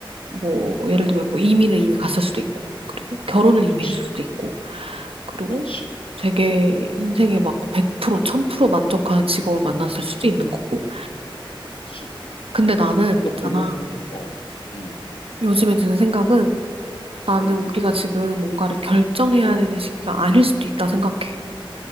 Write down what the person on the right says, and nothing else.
뭐
예를 들면 뭐 이민을 이미 갔을 수도 있고 그리고 결혼을 이미
했을 수도 있고 그리고
되게
인생에 막 100% 1000% 만족하는 직업을 만났을 수도
있는 거고
근데 나는 있잖아
요즘에 드는 생각은 나는
우리가 지금 뭔가를 결정해야 되는 시기가 아닐 수도 있다 생각해